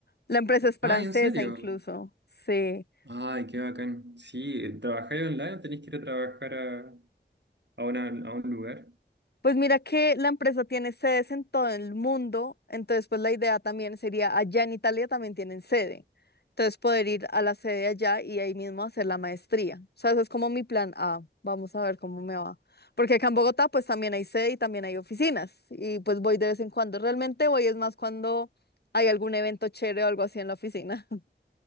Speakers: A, on the left; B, on the right.
A: la empresa es francesa
B: Ay, ¿en serio?
A: incluso. Sí.
B: Ay, qué bacán. Sí, eh, ¿trabajáis online o tenéis que ir a trabajar a, a, una- a un lugar?
A: Pues mira que la empresa tiene sedes en todo el mundo, entonces pues la idea también sería allá en Italia también tienen sede. Entonces poder ir a la sede allá y ahí mismo hacer la maestría. O sea, ese es como mi plan A. Vamos a ver cómo me va. Porque acá en Bogotá pues también hay sede y también hay oficinas y pues voy de vez en cuando. Realmente voy es más cuando hay algún evento chévere o algo así en la oficina.